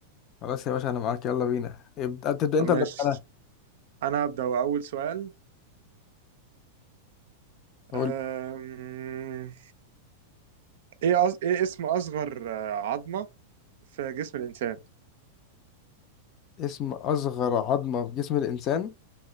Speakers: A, on the left; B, on the right.
A: خلاص يا باشا انا معاك يلا بينا ابدا تبدا
B: طب
A: انت
B: ماشي
A: ولا أبدأ انا
B: انا هبدأ اول سؤال
A: قول
B: آم، ايه أص... ايه اسم اصغر آه، عظمة في جسم الانسان
A: اسم اصغر عظمه في جسم الانسان